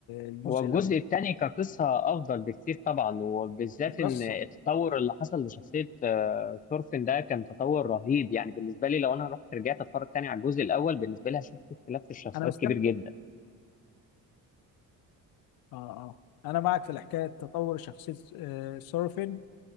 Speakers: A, on the left (about 80°); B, on the left (about 25°).
A: الجزء
B: هو الجزء
A: الاول
B: الثاني كقصة أفضل بكتير طبعا وبالذات
A: القصة
B: إن التطور اللي حصل لشخصية آه، ثورفين ده كان تطور رهيب يعني بالنسبة لي لو أنا رحت رجعت أتفرج تاني على الجزء الأول بالنسبة لي هشوف في اختلاف في الشخصيات
A: انا بستنى
B: كبير جدا
A: اه اه انا معك في الحكاية تطور شخصية آه، سورفين